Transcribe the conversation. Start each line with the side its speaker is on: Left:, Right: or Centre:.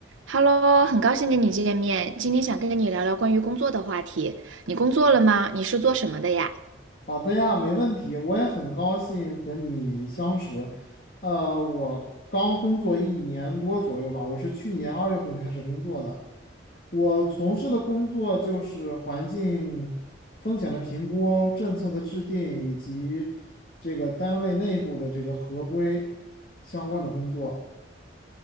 Right: Hello，很高兴跟你见面。今天想跟你聊聊关于工作的话题。你工作了吗？你是做什么的呀？
Left: 好的呀，没问题。我也很高兴和你相识。呃，我刚工作一年多左右吧，我是去年二月份开始工作的。我从事的工作就是环境风险的评估、政策的制定以及这个单位内部的这个合规相关的工作。